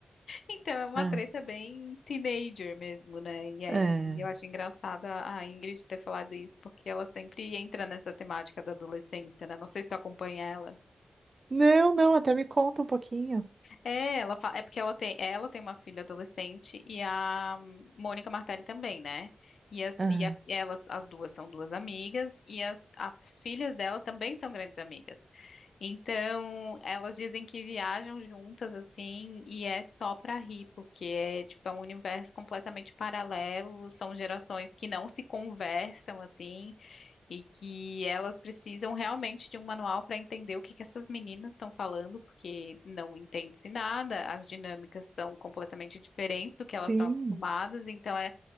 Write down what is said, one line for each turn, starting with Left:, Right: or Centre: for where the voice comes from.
Left: Então é uma
Right: é.
Left: treta bem teenager mesmo, né? E aí
Right: É.
Left: eu acho engraçado a a Ingrid ter falado isso, porque ela sempre entra nessa temática da adolescência, né? Não sei se tu acompanha ela.
Right: Não, não, até me conta um pouquinho.
Left: É, ela fa- é porque ela tem, ela tem uma filha adolescente e a Mônica Martelli também, né? E, as,
Right: Aham.
Left: e a- elas, as duas são duas amigas e as, as filhas delas também são grandes amigas. Então, elas dizem que viajam juntas assim e é só pra rir, porque é tipo é um universo completamente paralelo, são gerações que não se conversam assim e que elas precisam realmente de um manual para entender o que que essas meninas estão falando, porque não entende-se nada, as dinâmicas são completamente diferentes do que elas
Right: Sim.
Left: estão acostumadas, então é,